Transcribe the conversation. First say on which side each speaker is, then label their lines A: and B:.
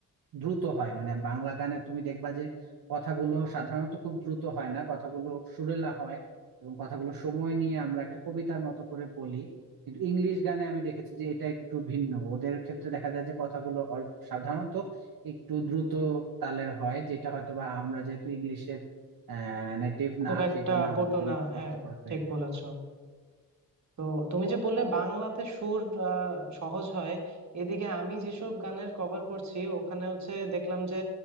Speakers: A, on the right; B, on the right.
A: দ্রুত হয় মানে বাংলা গানে তুমি দেখবা যে কথাগুলো সাধারণত খুব দ্রুত হয় না কথাগুলো সুরেলা হয় এবং কথাগুলো সময় নিয়ে আমরা একটা কবিতার মতো করে বলি কিন্তু ইংলিশ গানে আমি দেখেছি যে এটা একটু ভিন্ন ওদের ক্ষেত্রে দেখা যায় যে কথাগুলো অল- সাধারণত একটু দ্রুত তালের হয় যেটা হয়তো বা আমরা যেহেতু ইংলিশের আহ নেটিভ
B: খুব
A: না
B: একটা
A: সেই জন্য আমাদের
B: পটু
A: জন্য
B: না
A: একটু
B: হ্যাঁ
A: কষ্টকর হয়ে
B: ঠিক
A: যায়
B: বলেছো তো তুমি যে বললে বাংলাতে সুর আহ, সহজ হয় এদিকে আমি যেসব গানের কভার করছি ওখানে হচ্ছে দেখলাম যে